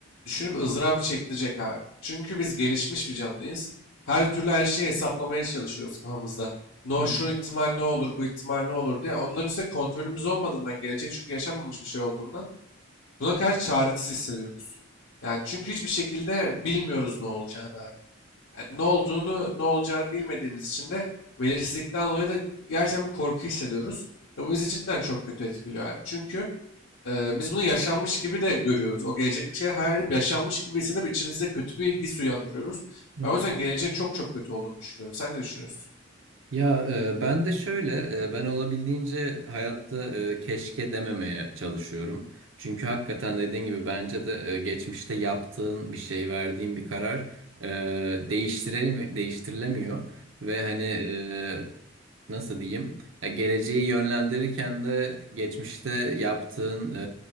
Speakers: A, on the left; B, on the right.
A: düşünüp ızdırabı çektirecek abi. Çünkü biz gelişmiş bir canlıyız. Her türlü her şeyi hesaplamaya çalışıyoruz kafamızda. No
B: hı.
A: şu ihtimal ne olur, bu ihtimal ne olur diye. Onların üstüne kontrolümüz olmadığından gelecek çünkü yaşanmamış bir şey olduğundan. Buna karşı çaresiz hissediyoruz. Yani çünkü hiçbir şekilde bilmiyoruz ne olacağını abi. Yani ne olduğunu, ne olacağını bilmediğimiz için de belirsizlikten dolayı da gerçekten bir korku hissediyoruz. Ve bu bizi cidden çok kötü etkiliyor abi. Çünkü e, biz bunu yaşanmış gibi de görüyoruz. O gelecekteki şeyi hayal edip yaşanmış gibi hissedip içimizde kötü bir his uyandırıyoruz.
B: Hı.
A: Ben o yüzden geleceğin çok çok kötü olduğunu düşünüyorum. Sen ne düşünüyorsun?
B: Ya e, ben de şöyle, e, ben olabildiğince hayatta e, keşke dememeye çalışıyorum. Çünkü hakikaten dediğin gibi bence de e, geçmişte yaptığın bir şey, verdiğin bir karar e, değiştirelim, değiştirilemiyor. Ve hani e, nasıl diyeyim? Ya geleceği yönlendirirken de geçmişte yaptığın e,